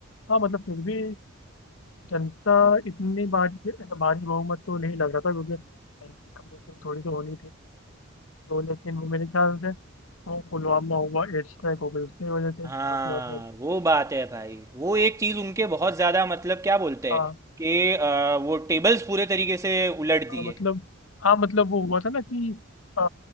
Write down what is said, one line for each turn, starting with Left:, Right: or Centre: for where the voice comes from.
Left: हाँ मतलब फिर भी जनता इतनी भारी भारी बहुमत तो नहीं लग रहा था क्योंकि सैंक्शन कमेटी में थोड़ी तो होनी थी तो लेकिन वो मेरे ख्याल से वो पुलवामा हुआ एयर स्ट्राइक हो गई उसकी वजह से
Right: हाँ
Left: और फिर मतलब
Right: वो बात है भाई वो एक चीज़ उनके बहुत ज़्यादा मतलब क्या बोलते
Left: हाँ
Right: हैं कि आ, वो टेबल्स पूरे तरीके से उलट दिए
Left: हाँ, मतलब हाँ मतलब वो हुआ था ना कि आ,